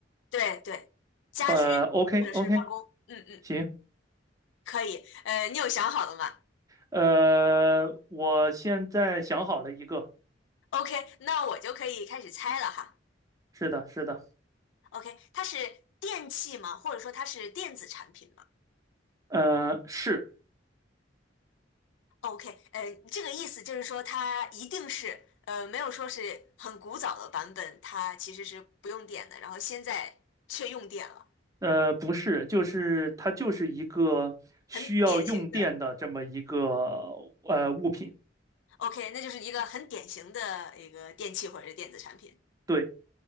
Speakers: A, on the left; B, on the right.
A: 对对，家居
B: 呃，OK
A: 或者是办公，
B: OK，
A: 嗯嗯，
B: 行，
A: 可以，呃，你有想好了吗
B: 呃，我现在想好了一个，
A: ？OK，那我就可以开始猜了哈。
B: 是的，是的。
A: OK，它是电器吗？或者说它是电子产品吗？
B: 呃，是，
A: OK，呃，这个意思就是说，它一定是呃，没有说是很古早的版本，它其实是不用电的，然后现在却用电了，
B: 呃，不是，就是它就是一个需要用电的这么一个
A: 很典型的。
B: 呃物品，
A: OK，那就是一个很典型的一个电器或者是电子产品。
B: 对，